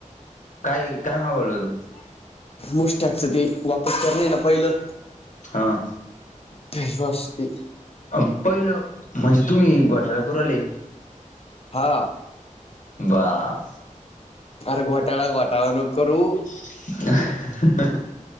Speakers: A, on the left; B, on the left.
A: काय काय मागवल होत?
B: मुश टॅकचं ते वापस करणये ना पहिलं.
A: हं.
B: फेस वॉश ते.
A: अं पहिलं म्हणजे तुम्ही घोटाळा करू राहिले.
B: हा.
A: बाप!
B: आर घोटाळा घोटाळा नको करू.
A: <unintelligible>